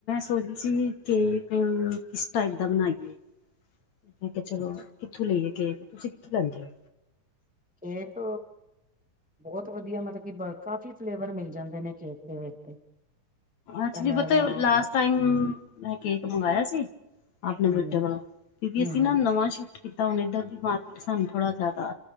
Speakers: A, on the left; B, in the centre.
A: ਸੋਚਦੇ ਸੀ ਕੇਕ ਕਿਸ ਟਾਈਪ ਦਾ ਬਣਾਈਏ? ਮੈਂ ਕਿਹਾ ਚਲੋ
B: ਅੱਛਾ,
A: ਕਿੱਥੋਂ ਲਈਏ ਕੇਕ। ਤੁਸੀਂ ਕਿੱਥੋਂ ਲੈਂਦੇ ਹੋ?
B: ਕੇਕ ਬਹੁਤ ਵਧੀਆ ਮਤਲਬ ਕਿ ਬ ਕਾਫ਼ੀ ਫਲੇਵਰ ਮਿਲ ਜਾਂਦੇ ਨੇ ਕੇਕ ਦੇ ਵਿੱਚ ਤੇ।
A: ਅੱਚਲੀ
B: ਪਹਿਲਾਂ
A: ਪਤਾ
B: ਹੂੰ
A: ਲਾਸਟ ਟਾਈਮ ਮੈਂ ਕੇਕ ਮੰਗਾਯਾ ਸੀ। ਆਪਣੇ
B: ਹੂੰ
A: ਬੈਟੇ ਕੋਲੋ ਕਿਉਂਕਿ
B: ਹੂੰ
A: ਅਸੀਂ ਨਾ ਨਵਾਂ ਸ਼ ਇਦਾ ਹੁਣ ਇੱਧਰ ਦੀ ਮਾਰਕੀਟ ਸਾਨੂੰ ਥੋੜਾ ਜ਼ਿਆਦਾ